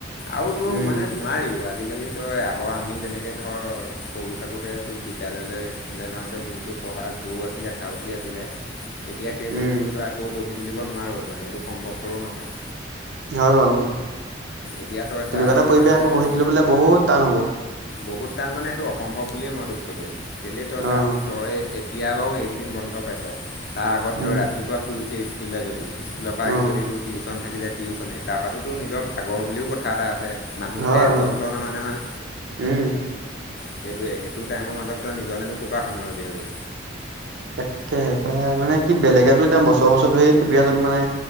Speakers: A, on the left (about 55°); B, on the right (about 65°).
A: আৰু তোৰ
B: উম,
A: মানে ন নোৱাৰিও আজিকালি তই আগৰ আমি যেনেকৈ ধৰ সৰু থাকোঁতেতো বিদ্যালয়লৈ ললৈ যাওঁতে যোনটো পঢ়াৰ ঢৌ আছিলে ধাউতি আছিলে।
B: <inaudible>
A: এতিয়া সেই
B: উম,
A: বস্তুটোতো আকৌ গঢ়ি তুলিব নোৱাৰোঁ মানে এইটো সম্ভৱপৰো নহয়।
B: হয় বাৰু তেনেকুৱা
A: এতিয়া তই চা
B: এটা
A: এই
B: পৰিৱেশ
A: মাহটো
B: আকৌ
A: বাৰু
B: গঢ়ি তুলিবলৈ বহুত টান হ'ব।
A: বহুত টান মানে সেইটো অসম্ভৱ বুলিয়ে মই তোক ক'লোঁ। কেইলে তই
B: অ',
A: চাহোন তই এতিয়া বাৰু এইকেইদিন বন্ধ পাইছ তাৰ আগত
B: উম,
A: তই ৰাতিপুৱা শুই উঠি স্কুললৈ গ'লি। স্কুলৰ পৰা
B: অ',
A: আহি যদি তোৰ টিউচন থাকিলে টিউশ্যনেই তাৰ পৰাতো নিজৰ ভাগৰ বুলিও কথা এটা আছে। মানুহে
B: হয় অ',
A: যন্ত্ৰ নহয় নহয়।
B: উম,
A: সেইটোৱে সেইটো টাইমৰ মাজত তই নিজলেনো ক'ৰ পৰা সময় উলিয়াবি।
B: তাকে হে প্ৰায় মানে কি বেলেগেতো এতিয়া বছৰ বছৰ ধৰি প্ৰিমিয়াৰত মানে